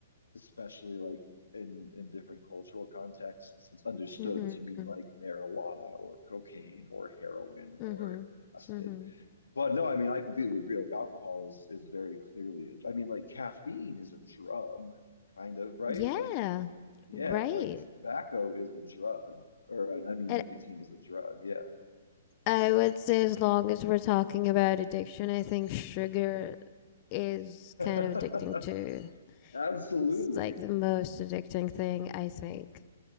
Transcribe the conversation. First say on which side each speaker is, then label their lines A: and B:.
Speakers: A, on the left; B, on the left.
A: especially like in in different cultural contexts, it's understood
B: Mhm.
A: to mean like marijuana or cocaine or heroin or
B: Mhm.
A: acid.
B: Mhm.
A: But no, I mean, I completely agree. Like alcohol is is very clearly a, I mean, like caffeine is a drug, kind of, right?
B: Yeah.
A: Like Yeah,
B: Right.
A: like tobacco is a drug, or I mean,
B: And
A: nicotine is a drug. Yeah,
B: I would say as long as we're talking about addiction, I think sugar is
A: <laughs>
B: kind of addicting too.
A: absolutely.
B: It's like the most addicting thing, I think.